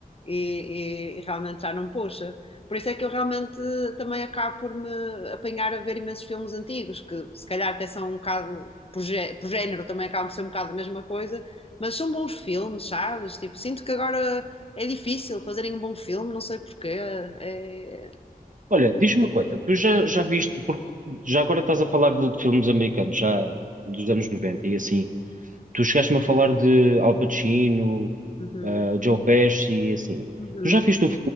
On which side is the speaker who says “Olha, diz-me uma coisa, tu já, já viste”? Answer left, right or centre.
Right